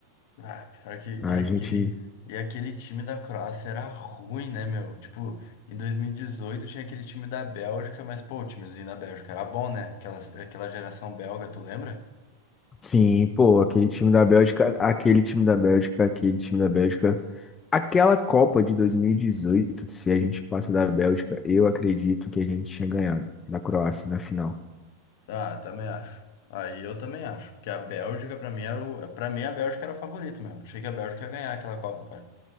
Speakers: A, on the left (about 55°); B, on the left (about 15°).
A: Ah, pior que.
B: A
A: Ah, aquele...
B: gente,
A: E aquele time da Croácia era ruim, né, meu? Tipo, em 2018 tinha aquele time da Bélgica, mas, pô, o timezinho da Bélgica era bom, né? Aquela, aquela geração belga, tu lembra?
B: sim, pô, aquele time da Bélgica, aquele time da Bélgica, aquele time da Bélgica. Aquela Copa de 2018, se a gente passa da Bélgica, eu acredito que a gente tinha ganhado da Croácia na final.
A: Ah, também acho. Aí eu também acho. Porque a Bélgica, pra mim, era o... pra mim, a Bélgica era o favorito, meu. Achei que a Bélgica ia ganhar aquela Copa, cara.